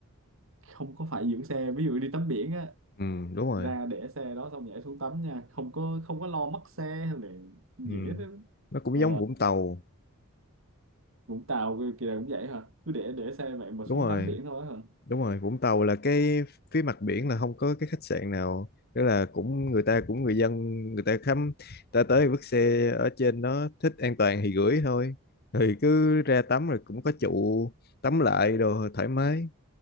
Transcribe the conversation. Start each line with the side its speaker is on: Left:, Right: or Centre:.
Right: không có phải giữ xe ví dụ đi tắm biển á
Left: ừ đúng rồi
Right: ra để xe đó xong nhảy xuống tắm nha không có không có lo mất xe hay là dễ
Left: ừ
Right: đó
Left: nó cũng
Right: ờ
Left: giống Vũng Tàu
Right: Vũng Tàu kia kia cũng vậy hả cứ để để xe vậy mà
Left: đúng
Right: xuống
Left: rồi
Right: tắm biển thôi hả
Left: đúng rồi Vũng Tàu là cái phía mặt biển là không có cái khách sạn nào tức là cũng người ta cũng người dân người ta khám ta tới vứt xe ở trên đó thích an toàn thì gửi thôi thì cứ ra tắm rồi cũng có trụ tắm lại đồ thoải mái